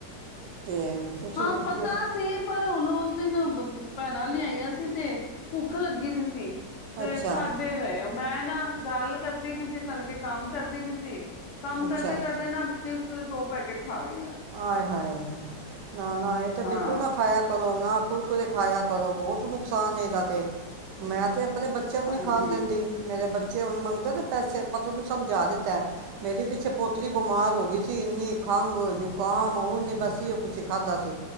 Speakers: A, on the right (about 75°); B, on the left (about 70°).
A: ਤੇ ਤੁਸੀਂ
B: ਹਾਂ, ਪਤਾ
A: ਕਿਉਂ-
B: ਸੀ ਪਰ ਉਹਨੂੰ ਉਸ ਦਿਨ ਭੈਣਾਂ ਲਿਆਈਆਂ ਸੀ ਤੇ ਭੁੱਖ ਲੱਗੀ ਵੀ ਸੀ। ਤੇ
A: ਅੱਛਾ
B: ਖਾਧੇ ਗਏ ਮੈਂ ਨਾ ਗੱਲ ਕਰਦੀ ਵੀ ਸੀ ਤੁਹਾਨੂੰ ਕੇ ਕੰਮ ਕਰਦੀ ਵੀ ਸੀ ਕੰਮ
A: ਅੱਛਾ
B: ਕਰਦੇ ਤੇ ਦੋ ਪੈਕੇਟ ਖਾ ਗਈ ਮੈਂ
A: ਆਏ ਹਾਏ ਨਾ ਨਾ ਏ ਤੇ
B: ਹਾਂ
A: ਬਿਲਕੁਲ ਨਾ ਖਾਇਆ ਕਰੋ ਨਾ ਕੁਰਕੁਰੇ ਖਾਇਆ ਕਰੋ ਬਹੁਤ ਨੁਕਸਾਨ ਇਹਦਾ ਤੇ ਮੈਂ ਤੇ ਆਪਣੇ ਬੱਚਿਆਂ ਨੂੰ
B: ਹਾਂਜੀ
A: ਨੀ ਖਾਣ ਦਿੰਦੀ ਮੇਰੇ ਬੱਚ <unintelligible> ਮੰਗਦਾ ਤੇ ਪੈਸੇ ਪਤਾ ਉਹਨੂੰ ਸਮਝਾ ਦਿੱਤਾ ਮੇਰੀ ਪਿੱਛੇ ਪੋਤਰੀ ਬਿਮਾਰ ਹੋ ਗਈ ਸੀ ਇੰਨੀ ਖੰਘ ਜੁ ਨੀ ਬਸ ਇਹੀ ਓ ਉਹ ਕੁਝ ਖਾਧਾ ਸੀ